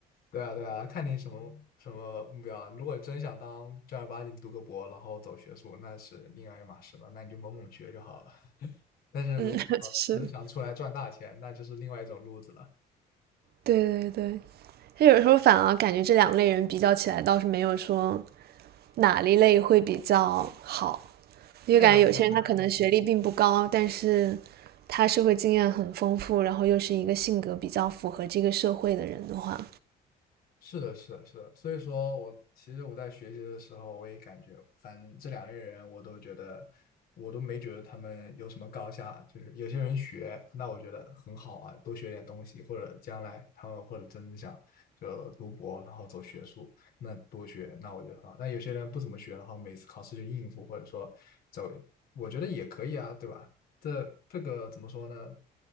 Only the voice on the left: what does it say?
对啊，对啊，看你什么什么目标啊。如果真想当正儿八经读个博，然后走学术，那是另外一码事了，那你就猛猛学就好了。但是如果只是想出来赚大钱，
那就是另外一种路子了。
对啊，对啊，对啊。
是的，是的，是的，所以说我其实我在学习的时候，我也感觉，反正这两类人，我都觉得，我都没觉得他们有什么高下。就是有些人学，那我觉得很好啊，多学点东西，或者将来他们或者真的想就读博，然后走学术，那多学，那我觉得很好。但有些人不怎么学，然后每次考试就应付，或者说走，我觉得也可以啊，对吧？这这个怎么说呢？